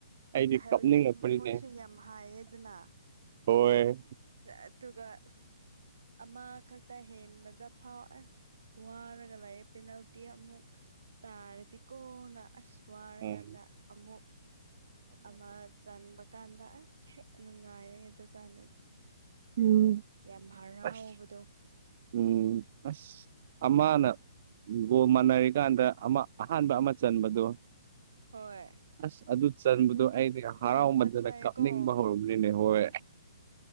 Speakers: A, on the right; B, on the right.
A: ꯑꯩꯗꯤ
B: ꯍꯥꯏꯕꯗꯤ
A: ꯀꯞꯅꯤꯡꯉꯛꯄꯅꯤꯅꯦ
B: ꯃꯣꯏꯁꯨ ꯌꯥꯝ ꯍꯥꯏꯌꯦꯗꯅ
A: ꯍꯣꯏ
B: ꯑꯗꯨꯒ ꯑ ꯑꯃ ꯈꯛꯇ ꯍꯦꯟꯕꯗ ꯐꯥꯎ ꯋꯥꯔꯒ ꯂꯥꯛꯑꯦ ꯄꯦꯅꯥꯜꯇꯤ ꯑꯃꯨꯛ ꯇꯥꯔꯗꯤ ꯀꯣꯟꯅ ꯑꯁ ꯋꯥꯔꯀꯥꯟꯗ
A: ꯎꯝ
B: ꯑꯃꯨꯛ ꯑꯃ ꯆꯟꯕ ꯀꯥꯟꯗ ꯑꯁ ꯍꯦꯛ ꯅꯨꯡꯉꯥꯏꯌꯦ ꯑꯗꯨ ꯀꯥꯟꯗꯗꯤ
A: ꯎꯝ
B: ꯌꯥꯝ ꯍꯔꯥꯎꯕꯗꯣ
A: ꯑꯁ ꯎꯝ ꯑꯁ ꯑꯃꯅ ꯒꯣ ꯃꯥꯟꯅꯔꯤꯀꯥꯟꯗ ꯑꯃ ꯑꯍꯥꯟꯕ ꯑꯃ ꯆꯟꯕꯗꯨ
B: ꯍꯣꯏ
A: ꯑꯁ ꯑꯗꯨ ꯆꯟꯕꯗꯣ
B: ꯑꯗꯨ
A: ꯑꯩꯩꯅ ꯍꯔꯥꯎꯃꯟꯗꯅ
B: ꯌꯥꯝ ꯐꯖꯩꯀꯣ
A: ꯀꯥꯞꯅꯤꯡꯕ ꯍꯧꯔꯒꯦ ꯅꯤꯅꯦ ꯍꯣꯏ